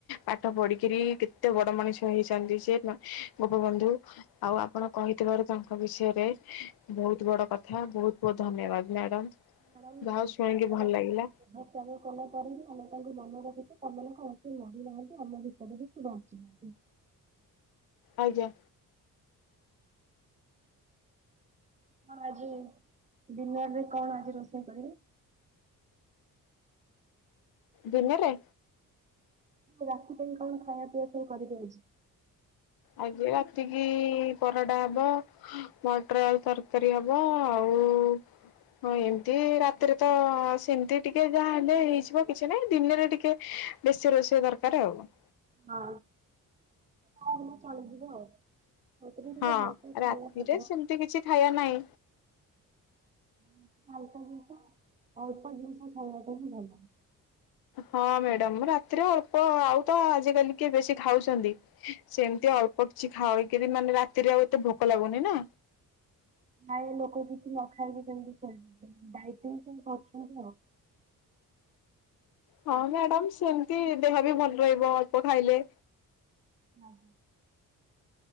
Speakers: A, on the left; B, on the right.
A: ପାଠ ପଢିକିରି କେତେ ବଡ ମଣିଷ ହେଇଛନ୍ତି ସେ ଗୋପବନ୍ଧୁ ଆଉ ଆପଣ କହିଥିବାରୁ ତାଙ୍କ ବିଷୟରେ ବହୁତ ବଡ କଥା ବହୁତ ବହୁତ ଧନ୍ୟବାଦ ମ୍ୟାଡାମ।
B: ମ୍ୟାଡାମ
A: ଯାହା ହଉ
B: ଦେହ
A: ଶୁଣିକି ଭଲ ଲାଗିଲା
B: ତ୍ୟାଗ କଲା ପରେ ବି ଆମେ ତାଙ୍କୁ ମନେ ରଖିଛୁ। ଆମ <unintelligible> ଆମ ଭିତରେ ସେ ବଞ୍ଚିଛନ୍ତି।
A: ଆଜ୍ଞା।
B: କଣ ଆଜି ଡିିନରରେ କଣ ଆଜି ରୋଷେଇ କରିବେ?
A: ଡ଼ିନେର ରେ?
B: ରା ରାତି ପାଇଁ କଣ ଖାଇବା ପିଇବା ସବୁ କରିବେ ଆଜି?
A: ଆଜି ରାତିକି ପରଟା ହବ, ମଟର ଆଳୁ ତରକାରୀ ହବ, ଆଉ ଉଁ। ହଁ ଏମିତି ରାତିରେ ତ ସେମିତି ଟିକେ ଯାହା ହେଲେ ହେଇଯିବ କିଛି ନାଇଁ ଦିନରେ ଟିକେ ବେଶୀ ରୋଷେଇ ଦରକାର ଆଉ।
B: ହଁ। ହଉ ତମେ ଟିକେ
A: ହଁ ରାତିରେ
B: <unintelligible>
A: ସେମିତି କିଛି ଖାଇବା ନାହିଁ।
B: ହୁଁ ହାଲକାଫୁଲକା ଆଉ। ଅଳ୍ପ ଜିନିଷ ଖାଇବାଟା ହିଁ ଭଲ।
A: ହଁ ମ୍ୟାଡାମ ରାତିରେ ଅଳ୍ପ ଆଉ ତ ଆଜିକାଲି କିଏ ବେଶୀ ଖାଉଛନ୍ତି? ସେମିତି ଅଳ୍ପ କିଛି ଖାଇକିରି ମାନେ ରାତିରେ ଆଉ ଏତେ ଭୋକ ଲାଗୁନି ନା।
B: ପ୍ରାୟ ଲୋକ କିଛି ନ ଖାଇକି କେମିତି ଡ଼ାଏ ଟିଙ୍ଗ କେମିତି କରୁଛନ୍ତି ଆଉ। <inaudible>
A: ହଁ ମ୍ୟାଡାମ ସେମତି ଦେହ ବି ଭଲ ରହିବ ଅଳ୍ପ ଖାଇଲେ।
B: ହଁ।